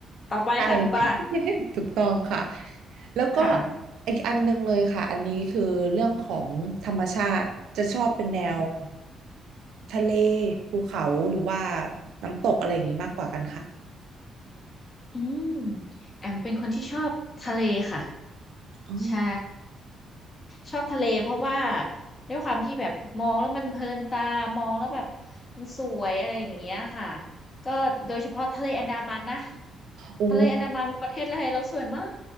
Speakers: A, on the left; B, on the right.
A: ต่อไปค่ะคุณป้า
B: ใช่ <laughs> ถูกต้องค่ะแล้วก็
A: ค่ะ
B: อีกอันหนึงเลยค่ะอันนี้คือเรื่องของธรรมชาติจะชอบเป็นแนว
A: อืม
B: ทะเลภูเขาหรือว่าน้ำตกอะไรอย่างนี้มากกว่ากันคะ
A: อืมแอมเป็นคนที่ชอบทะเลค่ะ
B: อ๋อ
A: ใช่ชอบทะเลเพราะว่าด้วยความที่แบบมองแล้วมันเพลินตามองแล้วแบบมันสวยอะไรอย่างเงี้ยค่ะก็โดยเฉพาะทะเลอันดามันนะ
B: โอ้
A: ทะเลอันดามันประเทศไทยเราสวยมา